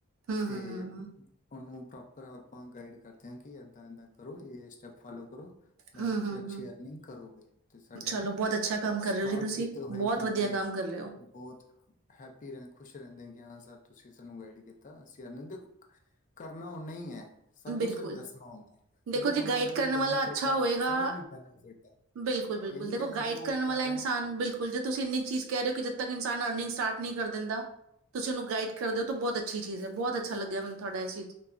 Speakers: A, on the right; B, on the left.
A: ਹੂੰ,
B: ਤੇ
A: ਹੂੰ, ਹੂੰ,
B: ਉਹਨੂੰ ਪ੍ਰੋਪਰ ਆਪਾਂ ਗਾਈਡ ਕਰਦੇ ਹਾਂ, ਕਿ ਇੱਦਾਂ ਇੱਦਾਂ ਕਰੋ ਇਹ ਸਟੈਪ ਫੋਲੋ ਕਰੋ। ਦੈਨ
A: ਹੂੰ,
B: ਤੁਸੀਂ
A: ਹੂੰ,
B: ਅੱਛੀ
A: ਹੂੰ।
B: ਅਰਨਿੰਗ ਕਰੋਗੇ, ਤੇ ਸਾਡੇ
A: ਚਲੋ ਬਹੁਤ ਅੱਛਾ ਕੰਮ ਕਰ
B: ਸਟਾਰਟ
A: ਰਹੇ ਹੋ ਜੀ ਤੁਸੀਂ,
B: ਕੀਤੇ ਹੋਏ
A: ਬਹੁਤ
B: ਬੰਦੇ
A: ਵਧੀਆ ਕੰਮ ਕਰ ਰਹੇ ਹੋ।
B: ਬਹੁਤ ਹੈਪੀ ਰਿੰਗ, ਖੁਸ਼ ਰਹਿੰਦੇ, ਕਿ ਹਾਂ -ਸਰ ਤੁਸੀਂ ਸਾਨੂੰ ਗਾਈਡ ਕੀਤਾ ਅਸੀਂ ਅਰਨਿੰਗ ਦੇਖੋ ਕਰਨਾ ਉਹਨੇਹੀਂ ਹੀ ਹੈ। ਸਾਨੂੰ
A: ਬਿਲਕੁਲ,
B: ਸਿਰਫ ਦੱਸਣਾ ਹੁੰਦਾ ਹੈ
A: ਦੇਖੋ ਜੀ
B: ਉਹਨਾਂ
A: ਗਾਈਡ
B: ਦਾ ਵੀ
A: ਕਰਨ
B: ਬੈਨੀਫਿਟ
A: ਵਾਲਾ ਅੱਛਾ
B: ਹੈ
A: ਹੋਏਗਾ।
B: ਸਾਨੂੰ ਵੀ ਬੈਨੀਫਿਟ ਹੈ
A: ਬਿਲਕੁਲ
B: ਹਾਂ
A: ਬਿਲਕੁਲ
B: ਇਹ ਨਹੀਂ
A: ਦੇਖੋ
B: ਕਹਿੰਦੇ
A: ਗਾਈਡ
B: ਕਿ ਉਹ
A: ਕਰਨ
B: ਕਰ
A: ਵਾਲਾ
B: ਰਹੇ
A: ਇਨਸਾਨ
B: ਹੈ
A: ਬਿਲਕੁਲ ਜੇ ਤੁਸੀਂ ਇੰਨੀ ਚੀਜ਼ ਕਹਿ ਰਹੇ ਹੋ ਕਿ, ਜਦ ਤੱਕ ਇਨਸਾਨ ਅਰਨਿੰਗ ਸਟਾਰਟ ਨਹੀਂ ਕਰ ਦਿੰਦਾ, ਤੁਸੀਂ ਉਹਨੂੰ ਗਾਈਡ ਕਰਦੇ ਹੋ ਤਾਂ ਬਹੁਤ ਅੱਛੀ ਚੀਜ਼ ਹੈ, ਬਹੁਤ ਅੱਛਾ ਲੱਗਿਆ ਮੈਨੂੰ ਤੁਹਾਡਾ ਇਹ ਚੀਜ਼।